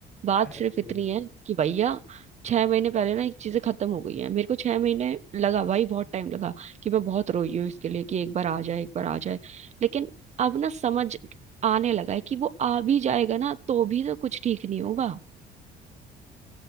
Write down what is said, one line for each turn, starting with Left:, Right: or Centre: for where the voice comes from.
Right: बात
Centre: <laughs> यार
Right: सिर्फ
Centre: तेरी
Right: इतनी है कि भैया छह महीने पहले ना एक चीजें खत्म हो गई है मेरे को छह महीने लगा भाई बहुत टाइम लगा कि मैं बहुत रोई हूँ इसके लिए कि एक बार आ जाए एक बार आ जाए लेकिन अब ना समझ आने लगा है कि वो आ भी जाएगा ना तो भी तो कुछ ठीक नहीं होगा